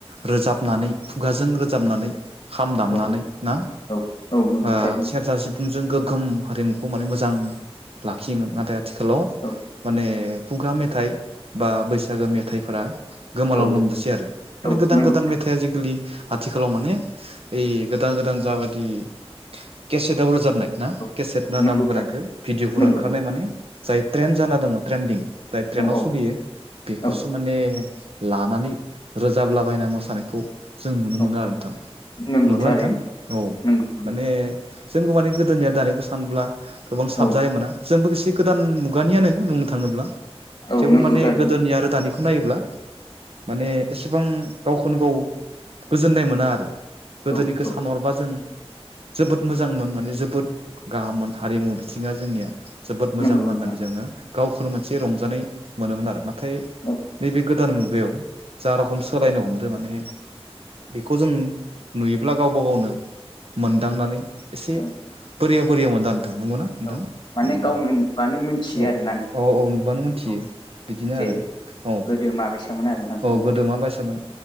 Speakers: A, on the right (about 65°); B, on the left (about 45°).
A: रोजाबनानै खुगाजों रोजाबनानै खाम दामनानै
B: औ
A: ना
B: औ औ नंगौ
A: ओ
B: थारैनो
A: सेरजा सिफुं सिफुंजों गोगोम हारिमुखौ माने मोजां लाखियोमोन नाथाय आथिखालाव
B: औ
A: माने खुगा मेथाइ बा बैसागो मेथाइफोरा गोमालांनो
B: औ
A: हमदोंसै आरो माने
B: औ
A: गोदान
B: नंगौ
A: गोदान मेथाइ <unintelligible> खालि आथिखालाव माने ओइ गोदान गोदान जाबादि केसेटआव रोजाबनाय ना
B: औ
A: केसेट
B: औ
A: ना
B: नंगौ
A: नाम गोनांखौ भिडिअफोर
B: थारैनो नंगौ
A: ओंखारनाय
B: नंगौ औ
A: माने जाय ट्रेन जाना दङ ट्रेेनदिं जाय ट्रेनाव
B: औ
A: सोलियो बेखौसो
B: औ
A: माने लानानै रोजाबलाबायना मोसानायखौ जों नुनो
B: औ
A: मोनो आरो नोंथां
B: नंगौ
A: नंगौना
B: थारैनो
A: नोंथां औ
B: नंगौ नंगौ
A: माने जोंबो माने गोदोनि आरो दानिखौ सानब्ला गोबां साबजानायमोना।
B: औ
A: जोंबोसे गोदान मुगानियानो बुंनो थाङोब्ला
B: औ
A: थेवबो
B: नंगौ
A: माने
B: थारैनो
A: गोदोनि आरो दानिखौ खोनोब्ला माने एसेबां गावखौनो गाव गोजोननाय मोना आरो गोदोनिखौ
B: औ औ
A: सानहरबा जों जोबोद मोजांमोन माने जोबोद गाहाममोन हारिमु बि थिङा जोंनिया जोबोद मोजां
B: नंगौ
A: मोन
B: नोंथां
A: होननानै जोङो गावखौनो मोनसे रंजानाय मोनोमोन आरो ना। थाय
B: औ
A: नैबे गोदान मुगायाव जा रोखम सोलायनो हमदों माने बेखौ जों नुयोब्ला गावबा गावनो मोनदांनानै एसे
B: औ
A: बोरिया बोरिया मोनदो आरो नोंथां नंगौना? नोंथां
B: औ माने
A: उम्म
B: गावनो नुबानो मिथियो
A: औ
B: आरो ना नोंथां
A: औ औ नुब्लानो मोनथियो।
B: औ
A: बिदिनो
B: जे
A: आरो औ
B: गोदो माबैसामोन आरो ना नोंथां
A: औ
B: ओरै
A: गोदो मा बायसामोन